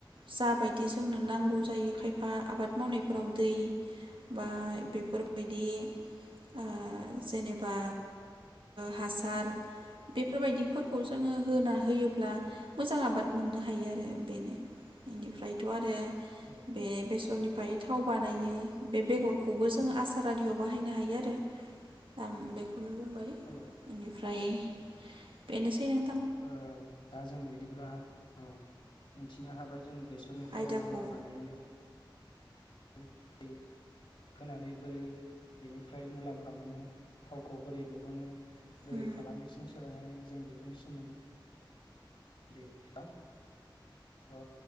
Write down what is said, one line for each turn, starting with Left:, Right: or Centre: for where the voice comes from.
Right: जाबायदि जोंनो नांगौ जायो खायफा आबाद मावनायफोराव दै बा बेफोरबायदि ओ जेनेबा हासार बेफोरबायदिफोर खौ जोङो होना होयोब्ला मोजां आबाद मोननो हायो आरो बेनो इनिफ्रायथ' आरो
Left: औ
Right: बे बेसरनि फ्राय थाव बानायो बे बेगरखौबो जों आस र आरियाव बाहायनो हायो आरो आं बे खौनो बुंबाय।
Left: औ
Right: इनिफ्राय बेनोसै नों
Left: ओ दा जों बि दिब्ला औ, मिन थिनो हाबाय जों बेसरनिफ्राय
Right: आयदाखौ
Left: मा मा बानायो <unintelligible> फोनानै बोरै बिनिफ्राय मुलाम्फा मोनो थावखौ बोरै दहनो बोरै
Right: उम
Left: फालांगिसिम सोलायनाय जों बेफोरनि सोमोन दै बा ओ